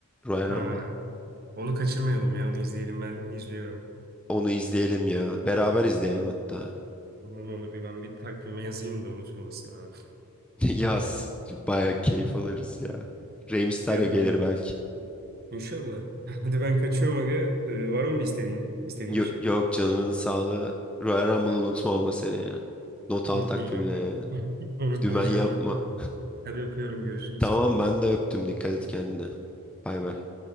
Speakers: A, in the centre; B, on the right (about 45°).
A: Royal Rumble.
B: Ha, onu kaçırmayalım ya onu izleyelim ben izliyorum.
A: Onu izleyelim ya. Beraber izleyelim hatta.
B: Onu, onu bir ben bir takvime yazayım da unutulmasın abi.
A: <laughs> Yaz. Bayağı keyif alırız ya. Rey Mysterio
B: Ya
A: gelir
B: da
A: belki.
B: inşallah. <laughs> Hadi ben kaçıyorum aga. Ee, var mı bir istediğin? İstediğin
A: Yo-
B: bir şey?
A: Yok, canının sağlığı. Royal Rumble'ı
B: Ha,
A: unutma ama seni ya. Not
B: unutmayacağım
A: al takvimine ya.
B: abi. <laughs> Unutmayacağım.
A: Dümen yapma.
B: Öpüyorum. Hadi öpüyorum. Görüşürüz.
A: Tamam ben de öptüm. Dikkat et kendine. Bay bay.